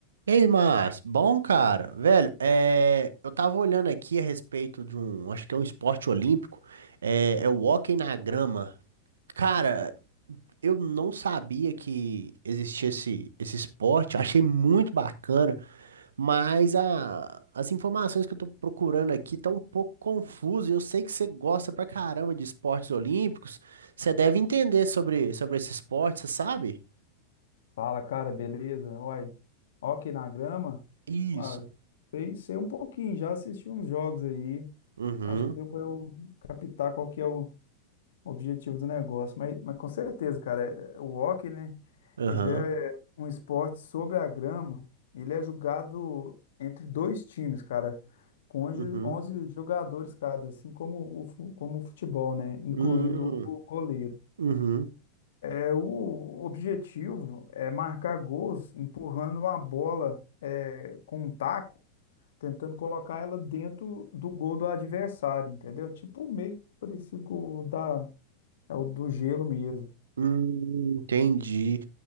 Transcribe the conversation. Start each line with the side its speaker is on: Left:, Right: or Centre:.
Right: Ei, Márcio, bom, cara. Velho, é, eu tava olhando aqui a respeito de um, acho que é um esporte olímpico, é, é o hóquei na grama. Cara, eu não sabia que existia esse, esse esporte, achei muito bacana, mas a- as informações que eu tô procurando aqui estão um pouco confusas. Eu sei que você gosta pra caramba de esportes olímpicos, você deve entender sobre, sobre esse esporte, você sabe?
Left: Fala, cara, beleza? Uai, ó aqui na grama,
Right: Isso.
Left: ah, sei, sei um pouquinho, já assisti uns jogos aí,
Right: Uhum,
Left: acho que deu pra eu captar qual que é o objetivo do negócio, mas, mas com certeza, cara, é- é, o hóquei, né,
Right: aham,
Left: ele é um esporte sobre a grama, ele é jogado entre dois times, cara, com onze
Right: uhum.
Left: onze jogadores cada, assim como o, fu- como o futebol, né, incluindo
Right: Hum,
Left: o goleiro.
Right: uhum,
Left: É, o objetivo é marcar gols empurrando a bola é, com um taco, tentando colocar ela dentro do gol do adversário, entendeu? Tipo meio parecido com o da, é o do gelo mesmo.
Right: hum, entendi.